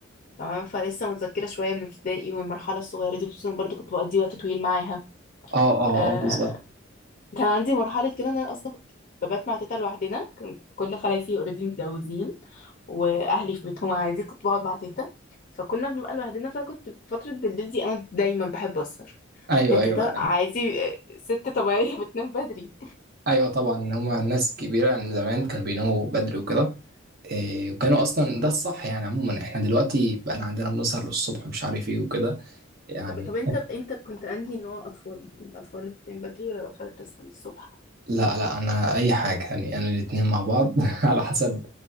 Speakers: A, on the left; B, on the right.
A: تمام فلسه متذكره شويه من ابتدائي والمرحله الصغيره دي خصوصا برضو كنت بقضي وقت طويل معاها
B: اه اه
A: آه،
B: اه بالظبط
A: كان عندي مرحلة كده إن أنا أصلا كنت ببات مع تيتا لوحدنا كان كل خلايفي اوريدي متجوزين وأهلي في بيتهم عادي كنت بقعد مع تيتا فكنا بنبقى لوحدنا فكنت فترة بالليل دي أنا دايما بحب أسهر
B: ايوه
A: فكانت
B: ايوه
A: تيتا عادي آه، ست طبيعية <laughs> بتنام بدري
B: <laughs> ايوه طبعا هما ناس كبيره من زمان كانوا بيناموا بدري وكده إيه وكانوا اصلا ده الصح يعني عموما احنا دلوقتي بقى عندنا بنسهر للصبح مش عارف ايه وكده يعني
A: طب طب أنت أنت كنت أنهي نوع أطفال الأطفال اللي بتنام بدري ولا الأطفال اللي بتصحى الصبح
B: لا لا انا اي حاجه يعني انا الاتنين مع بعض <laughs> على حسب